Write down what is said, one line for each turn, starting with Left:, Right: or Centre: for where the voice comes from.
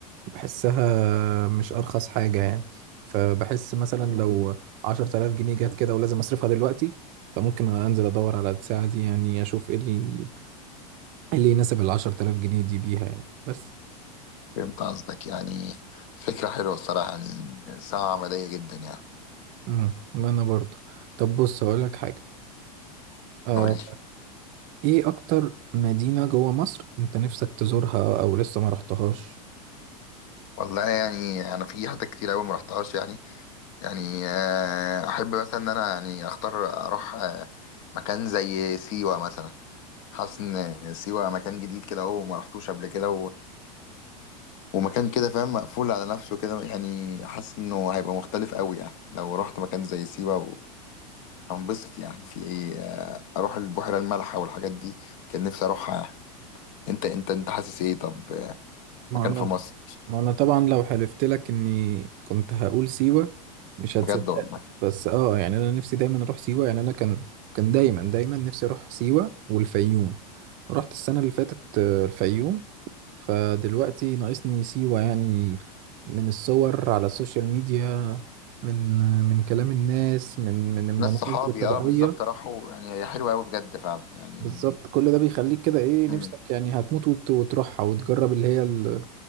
Right: بحسها مش أرخص حاجة يعني فبحس مثلا لو عشرة آلاف جنيه جت كده ولازم أصرفها دلوقتي فممكن أنزل أدور على الساعة دي يعني أشوف إيه اللي إيه اللي يناسب العشرة آلاف جنيه دي بيها يعني بس
Left: فهمت قصدك يعني فكره حلوه الصراحه يعني ساعه عمليه جدا يعني
Right: مم. أنا برضو طب بص هقولك حاجة آه،
Left: قول لي
Right: ايه اكتر مدينة جوه مصر انت نفسك تزورها او لسه ما رحتهاش
Left: والله يعني انا في حتت كتير قوي ما رحتهاش يعني يعني آه، احب مثلا ان انا يعني اختار اروح آه، مكان زي سيوه مثلا حاسس ان سيوه مكان جديد كده اهو ما رحتوش قبل كده ومكان كده فاهم مقفول على نفسه كده يعني حاسس انه هيبقى مختلف قوي يعني لو رحت مكان زي سيوة و- هنبسط يعني في ايه آه، اروح البحيرة المالحة والحاجات دي كان نفسي اروحها يعني. انت انت انت حاسس ايه طب آه،
Right: ما
Left: مكان
Right: انا
Left: في مصر
Right: ما انا طبعا لو حلفت لك اني كنت هقول سيوة مش هتصدق
Left: بجد والله
Right: بس اه يعني انا نفسي دايما اروح سيوة يعني انا كان كان دايما دايما نفسي اروح سيوة والفيوم رحت السنة اللي فاتت آه، الفيوم فدلوقتي ناقصني سيوة يعني من الصور على السوشيال ميديا من من كلام الناس من من المناظر
Left: ناس صحابي
Right: الطبيعية
Left: اه بالظبط راحوا يعني هي حلوة قوي بجد فعلا يعني
Right: بالظبط كل ده بيخليك كده ايه نفسك
Left: مم.
Right: يعني هتموت وت- وتروحها وتجرب اللي هي ال...